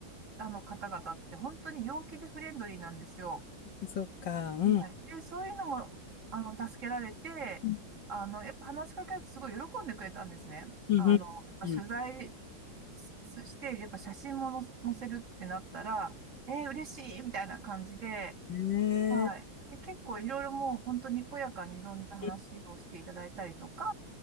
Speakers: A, on the right; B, on the left.
A: ラあの方々って本当に陽気でフレンドリーなんですよ。
B: そっか。うん。
A: はい。で、そういうのも、あの、助けられて、
B: うん。
A: あの、やっぱ話しかけられてすごい喜んでくれたんですね。
B: うん。
A: あの、
B: うん
A: 取材しして、やっぱ写真も載せ載せるってなったら、えー、嬉しいみたいな感じで、
B: ね
A: はい。で、結構いろいろもう本当にこやかにいろんな話をしていただいたりとか、
B: え。